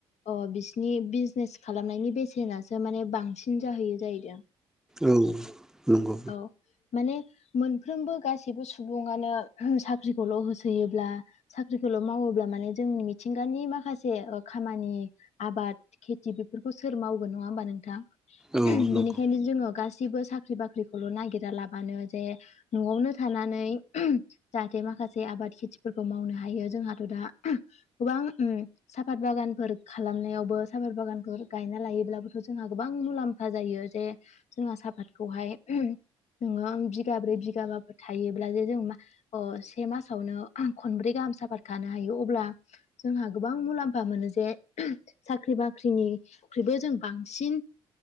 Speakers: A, on the left; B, in the centre.
A: अ' बिसिनि बिजनेस खालामनायनि बेसेनासो माने बांसिन जाहैयो जाहैदों।
B: औ नंगौ
A: औ। माने मोनफ्रोमबो गासैबो सुबुंङानो साख्रिखौल' होसोयोब्ला साख्रिखौल' मावोब्ला माने जोंनि मिथिंगानि माखासे ओ खामानि आबाद खेथि बेफोरखौ सोर मावगोन नङा होमबा नोंथां।
B: औ
A: बिनिखायनो
B: नंगौ
A: जोङो गास सैबो साख्रि बाख्रिखौल' नागिरालाबानो जे न'आवनो थानानै <unintelligible> जाहाथे मा खासे आबाद खेथिफोरखौ मावनो हायो। जोंहाथ' दा गोबां ओम साफात बागानफोर खालामनायावबो साफात बागानफोर गायना लायोब्लाबोथ' जोंहा गोबां मुलाम्फा जायो जे जोंहा साहपातखौ हाय <unintelligible> <unintelligible> बिगाब्रै बिगाबाबो थायोब्ला जे जों मा अ से मासावनो खनब्रै गाहाम साफात खानो हायो अब्ला जोंहा गोबां मुलाम्फा मोनो जे <unintelligible> साख्रि बाख्रिनिख्रुइबो जों बांसिन